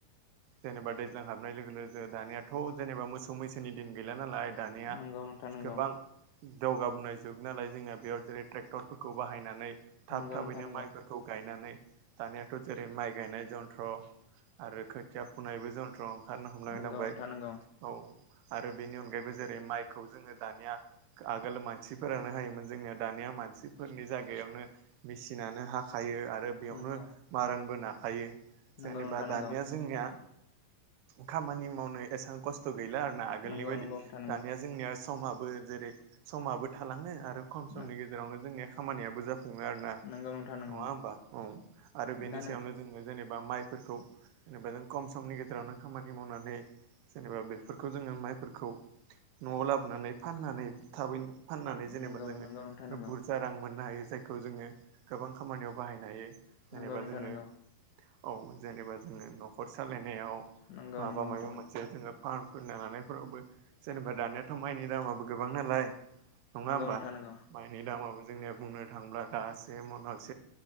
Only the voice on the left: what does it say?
नंगौ नोंथां नंगौ
नंगौ
नोंथां नंगौ
नंगौ
नोंथां
नंगौ
नंगौ
नंगौ
नोंथां नंगौ
नंगौ
नंगौ नोंथां
नंगौ
नंगौ नोंथां नंगौ
दा नों
नंगौ
नंगौ नोंथां नंगौ
नंगौ नोंथां
नंगौ।
नंगौ
नंगौ
नोंथां नंगौ